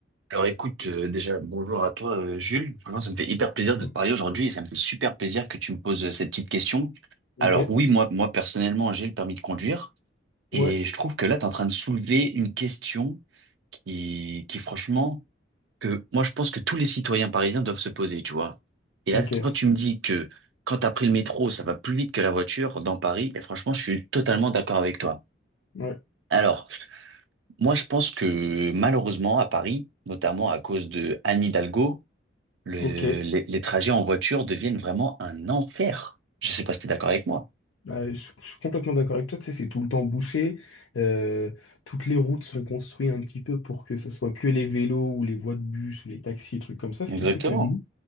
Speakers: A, on the right (about 70°); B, on the left (about 85°).
A: Alors écoute, euh, déjà bonjour à toi euh, Jules. Franchement, ça me fait hyper plaisir de
B: Oui.
A: te parler aujourd'hui et ça me fait super plaisir que tu me poses euh, cette petite question.
B: Ok.
A: Alors oui, moi, moi personnellement, j'ai le permis de conduire et
B: Ouais.
A: je trouve que là, tu es en train de soulever une question qui, qui franchement, que moi, je pense que tous les citoyens parisiens doivent se poser, tu vois. Et là,
B: Ok.
A: quand tu me dis que quand tu as pris le métro, ça va plus vite que la voiture dans Paris, et franchement, je suis totalement d'accord avec toi.
B: Ouais.
A: Alors, moi, je pense que malheureusement, à Paris, notamment à cause de Anne Hidalgo, le-
B: Ok.
A: les, les trajets en voiture deviennent vraiment un enfer. Je sais pas si tu es d'accord avec moi.
B: Bah, je, je suis complètement d'accord avec toi, tu sais, c'est tout le temps bouché. euh, toutes les routes sont construites un petit peu pour que ce soit que les vélos ou les voies de bus ou les taxis, trucs comme ça, ce
A: Exactement.
B: qui fait que Mhm.